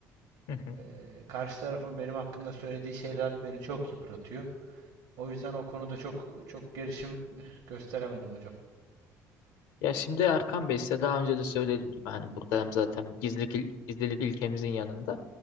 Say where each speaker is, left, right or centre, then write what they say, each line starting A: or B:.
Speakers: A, on the left (about 85°); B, on the right (about 70°).
A: hı hı.
B: Ee, karşı tarafın benim hakkında söylediği şeyler beni çok yıpratıyor. O yüzden o konuda çok çok gelişim gösteremedim hocam.
A: Ya şimdi Erkan Bey size daha önce de söylediğim gibi hani burada hem zaten gizlilik, il- gizlilik ilkemizin yanında